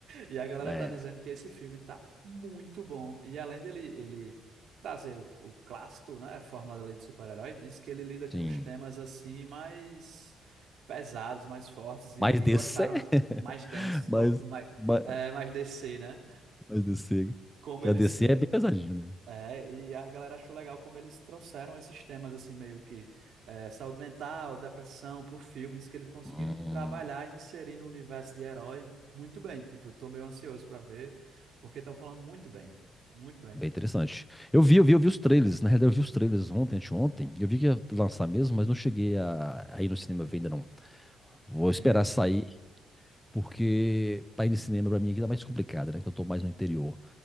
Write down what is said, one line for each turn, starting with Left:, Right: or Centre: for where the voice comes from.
Right: e a galera
Centre: é,
Right: tá dizendo que esse filme tá muito bom. E além dele ele trazer o, o clássico, né, a fórmula da lei do super-herói, diz que ele lida com
Centre: sim.
Right: os temas assim mais pesados, mais fortes e,
Centre: Mais
Right: e
Centre: DC.
Right: gostaram
Centre: <laughs>
Right: mais densos, como,
Centre: Mais,
Right: mais,
Centre: mais,
Right: é, mais DC, né?
Centre: mais DC. <laughs>
Right: como
Centre: Que
Right: eles
Centre: a DC é bem pesadinho, né?
Right: é, e a galera achou legal como eles trouxeram esses temas, assim, meio que é, saúde mental, depressão pro filme. Diz que eles conseguiram
Centre: Hum,
Right: trabalhar e inserir no universo de herói muito bem. Tipo, eu tô meio ansioso pra ver, porque estão falando muito bem. Muito bem.
Centre: bem interessante. Eu vi, eu vi, eu vi os trailers. Na realidade, eu vi os trailers ontem, anteontem. Eu vi que ia lançar mesmo, mas não cheguei a, a ir no cinema ver ainda não. Vou
Right: Nem
Centre: esperar
Right: eu,
Centre: sair,
Right: cara.
Centre: porque pra ir no cinema pra mim aqui tá mais complicado, né? Que eu tô mais no interior.